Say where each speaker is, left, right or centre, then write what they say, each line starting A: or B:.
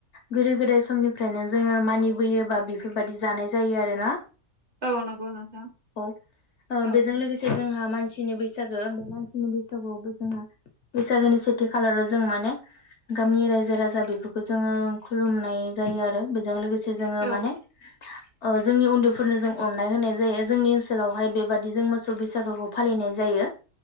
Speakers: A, on the left; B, on the right.
A: गोदो गोदाय बे समनिफ्रायनो जोङो मानिबोयोबा बेफोरबायाददि जानाय जायो आरो ना।
B: औ नंगौ नोंथां
A: औ ओ
B: औ
A: बेजों लोगोसे जोंहा मानसिनि बैसागो बे मानसिनि बैसागुआवबो जोंहा बैसागोनि सेथि खालाराव जों माने गामिनि रायजो राजा बेफोरखौ जोङो खुलुमनाय जायो आरो बेजों लोगोसे जोङो
B: औ
A: माने ओ जोंनि उन्दैफोरनो जों अननाय होनाय जायो जोंनि ओनसोलावहाय बेबादि जों मोसौ बैसागोखौ फालिनाय जायो।